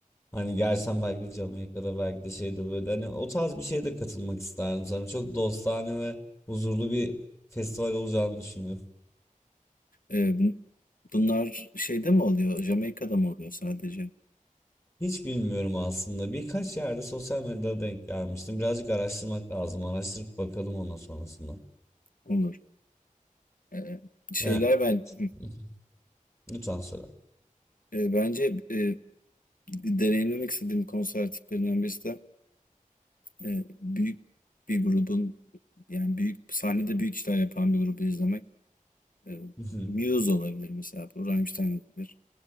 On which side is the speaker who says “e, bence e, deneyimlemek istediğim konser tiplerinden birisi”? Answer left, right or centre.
Left